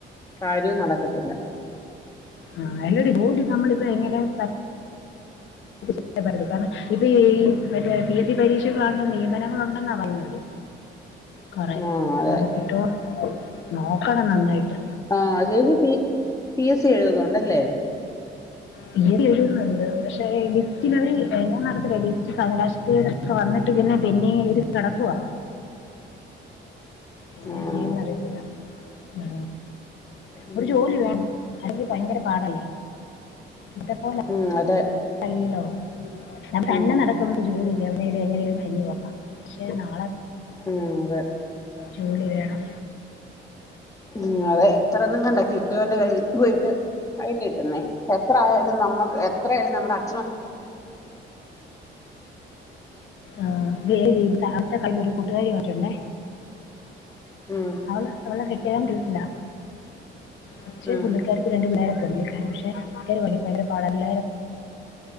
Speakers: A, on the left; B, on the left.
A: കാര്യവും നടക്കത്തില്ല
B: ആ അല്ലടി ഗോൾഡിൽ നമ്മളിപ്പ എങ്ങനെ ത <unintelligible> കാരണം ഇപ്പ ഈ മറ്റേ പി എസ് സി പരീക്ഷകളാകണം നിയമനങ്ങൾ ഉണ്ടെന്നാ പറയുന്നവര്. കുറെ
A: ആ അതെ
B: അപ്പൊ അത് കിട്ടുമോ നോക്കണം നന്നായിട്ട്
A: ആഹ് ചേച്ചി പി പി എസ് സി എഴുതുന്നുണ്ടല്ലേ.
B: പി എതി എഴുതുന്നൊണ്ട്. പഷ് പേയങ് ലിസ്റ്റിലൊര് അ മൂന്നവസര ഇല്ലി. <unintelligible> കാരണാറ്റ് പിന്ന പിന്നേ ഇത് കടക്കുവാ എന്നെ
A: ആണോ
B: ചെയ്യുന്നറിയത്തില്ല. മ്
A: ഉം
B: ഒരു ജോലി വേണം. അല്ലെങ്കി ഭയങ്കര പാടായി ഇത പോലെ
A: ഉം അതെ
B: അല്ലോ അത്
A: ഉം
B: തന്നെ നടത്തുന്നത് ജോലി ഇല്ലേ അവനേ ഇതെങ്ങനേലും ഹെന്നെ <unintelligible> പക്ഷേ നാ
A: ഉം അതെ
B: ജോലി വേണം
A: ഉം അതെ എത്ര ണ്ണന്ന്ണ്ടാ കെട്ട്യോന്റെ കഴി ബോയിട്ട് അയ്ന് കിട്ട്ന്നെ. എത്ര ആയാലും നമ്മക്ക് എത്രയാലും നമ്മുടെ അ
B: ആഹ് ത് <unintelligible> <unintelligible> ഒരു കൂട്ടുകാരി വന്ന്ട്ടുണ്ടേ
A: ഉം
B: അവള് അവളെ കെട്ടിയോൻ ഗൾഫിലാ പക്ഷേ
A: ഉം
B: പുള്ളിക്കാരിക്ക് രണ്ട് പിളേര <unintelligible> ഭയങ്കര പാടാ <unintelligible> <unintelligible>